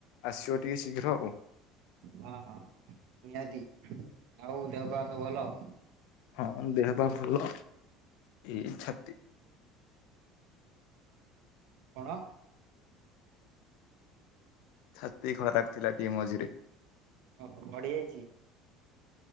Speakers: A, on the left; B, on the right.
A: ଆସିବ ଟିକେ ଶୀଘ୍ର ଆଉ।
B: ହଁ ହଁ ନିହାତି ଆଉ ଦେହ ପା ସବୁ ଭଲ?
A: ହଁ ଦେହ ପା ଭଲ ଏଇ ଛାତି
B: କଣ?
A: ଛାତି ଖରାପ ଥିଲା ଟିକେ ମଝିରେ।
B: ଓ ପଢିବ କି?